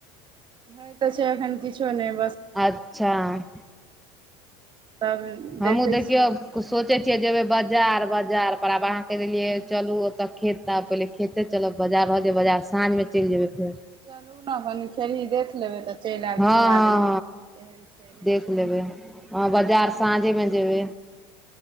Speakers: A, on the right; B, in the centre.
A: होय तऽ छै एखन किछो नय
B: अच्छा <inaudible>
A: तब
B: हम
A: देखै
B: हुँ देखियौ
A: छियै की होइ
B: सोचै
A: छै,
B: छियै जेबै बाज बाजार बाजार पर आब अहा के देलिये चलू ओते खेत त पहिले खेते चल। बजार रहतै बजार साँझ मे चलि जेबै फेर
A: चलू ने कनि फेरही देख लेबै त चलि आयब
B: हँ
A: दुनू आदमी
B: हँ
A: केहन छै नहि
B: देख
A: छै
B: लेबै हैं बाजार साँझेमे जेबै